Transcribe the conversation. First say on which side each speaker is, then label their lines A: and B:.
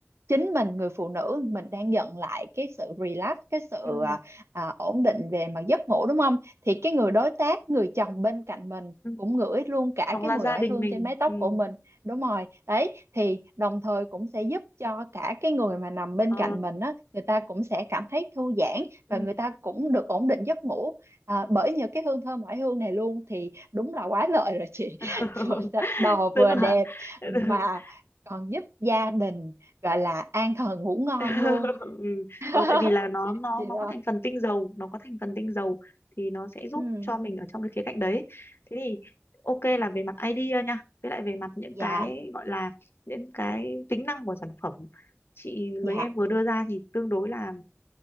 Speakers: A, on the right (about 80°); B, on the left (about 60°).
A: chính mình người phụ nữ mình đang nhận lại cái sự relax, cái sự
B: ừ,
A: à, à, ổn định về mặt giấc ngủ đúng không? Thì cái người đối tác, người chồng bên cạnh mình
B: ừ.
A: cũng ngửi luôn cả
B: hoặc
A: cái
B: là
A: mùi
B: gia
A: oải
B: đình
A: hương
B: mình
A: trên mái tóc
B: ừ
A: của mình đúng rồi đấy thì đồng thời cũng sẽ giúp cho cả cái người mà nằm bên
B: ờ
A: cạnh mình á người ta cũng sẽ cảm thấy thư giãn
B: ừ.
A: và người ta cũng được ổn định giấc ngủ à, bởi nhờ cái hương thơm ngoại hương này luôn thì đúng là quá lợi rồi chị
B: <laughs>
A: <laughs> vừa sạch đầu
B: tức
A: vừa
B: là
A: đẹp
B: <laughs>
A: mà còn giúp gia đình gọi là an thần ngủ ngon
B: <laughs>
A: luôn
B: ừ.
A: <laughs>
B: rồi tại vì là nó nó
A: chị
B: nó
A: đó
B: có thành phần tinh dầu nó có thành phần tinh dầu thì nó sẽ giúp
A: ừ.
B: cho mình ở trong cái khía cạnh đấy thế thì ok là về mặt idea nha với lại về mặt những
A: dạ
B: cái gọi là những cái tính năng của sản phẩm chị
A: dạ
B: với em vừa đưa ra thì tương đối là